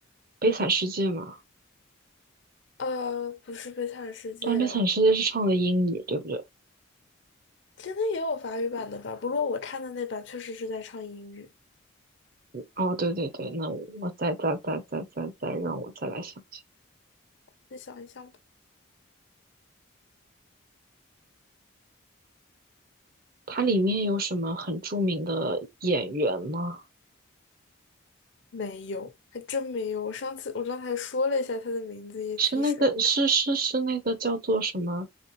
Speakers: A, on the right; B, on the left.
A: 《悲惨世界》吗？
B: 呃，不是《悲惨世界》，
A: 但《悲惨世界》是唱的英语，对不对？
B: 现在也有法语版的吧？不过我看的那版确实是在唱英语。
A: 哦，对对对，那我再再再再再再让我再来想想，
B: 再想一想吧，
A: 它里面有什么很著名的演员吗？
B: 没有，还真没有。我上次我刚才说了一下它的名字，也提示了，
A: 是那个是是是那个叫做什么